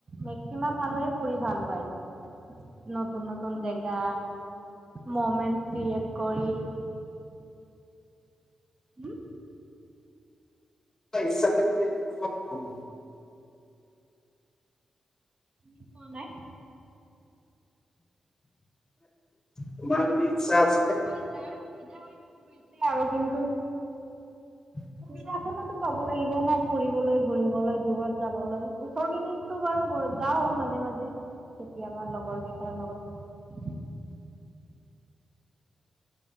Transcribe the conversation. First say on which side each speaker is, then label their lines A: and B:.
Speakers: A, on the right; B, on the left.
A: মেক্সিমাম মানুহে ফুৰি ভাল পায়। নতুন- নতুন জেগা মমেট ক্ৰেয়েট। কৰি। উম
B: িা <unintelligible>
A: এ প নে <unintelligible>
B: তোমাৰ যি ইচ্ছা আছে <inaudible>
A: হয় <unintelligible> গৈছে আৰু কিন্তু
B: <inaudible>
A: সুবিধা খনতো পাব লাগিব ন ফুৰিবলৈ ঘূৰিবলৈ, দূৰত যাবলৈ ওচৰ কিনিতো বাৰু যাও মাজে মাজে কেতিয়াবা লগৰ কেইটাৰ লগত
B: <inaudible>